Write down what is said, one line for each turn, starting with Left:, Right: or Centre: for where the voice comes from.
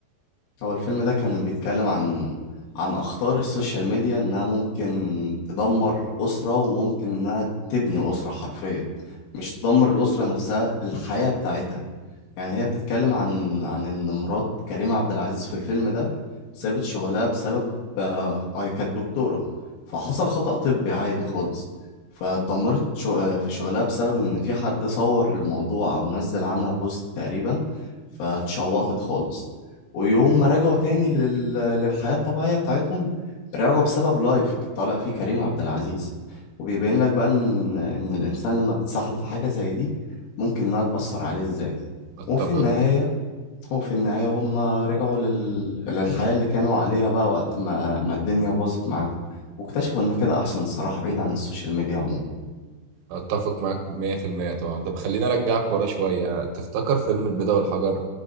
Left: هو الفيلم ده كان بيتكلم عن عن أخطار السوشيال ميديا إنها ممكن تدمر أسرة وممكن إنها تبني أسرة حرفيا مش تدمر الأسرة نفسها الحياة بتاعتها يعني هي بتتكلم عن عن ان مرات كريم عبد العزيز في الفيلم ده سابت شغلها بسبب آه هي كانت دكتورة فحصل خطأ طبي عادي خالص فاتدمرت شو آه، في شغلها بسبب ان في حد صور الموضوع او نزل عنها بوست تقريبا فاتشوطت خالص ويوم ما رجعوا تاني لل... للحياة الطبيعية بتاعتهم رجعوا بسبب لايف طالع فيه كريم عبد العزيز وبيبين لك بقى ان ان الانسان لما بتسحل في حاجة زي دي ممكن انها تأثر عليه ازاي
Right: اتفق
Left: وفي النهاية وفي النهاية هم رجعوا لل... للحياة اللي كانوا عليها بقى وقت ما, ما الدنيا باظت معاهم واكتشفوا إن كده أحسن الصراحة بعيد عن السوشيال ميديا عموما
Right: اتفق معاك 100% طبعا طب خليني ارجعك ورا شويه تفتكر فيلم البيضة والحجر